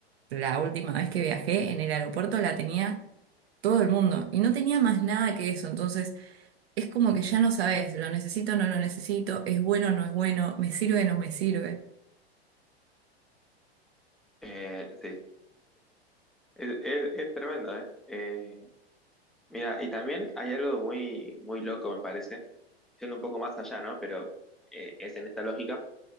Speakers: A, on the right; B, in the centre.
A: la última vez que viajé en el aeropuerto la tenía todo el mundo y no tenía más nada que eso, entonces es como que ya no sabes, lo necesito o no lo necesito, es bueno o no es bueno, me sirve o no me sirve.
B: Eh, sí, es, es- es tremendo, ¿eh? Eh, mira, y también hay algo muy, muy loco, me parece, siendo un poco más allá, ¿no? Pero eh, es en esta lógica,